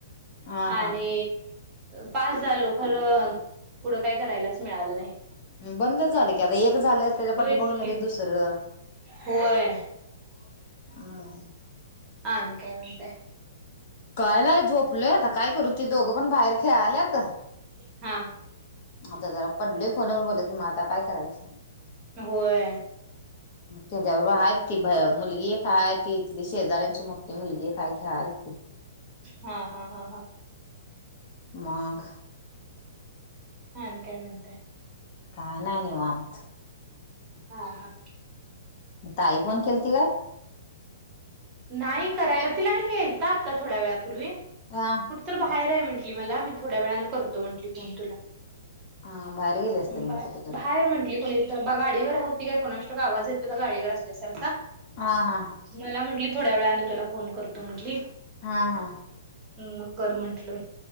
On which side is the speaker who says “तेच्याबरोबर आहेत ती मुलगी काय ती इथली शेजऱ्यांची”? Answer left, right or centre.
Left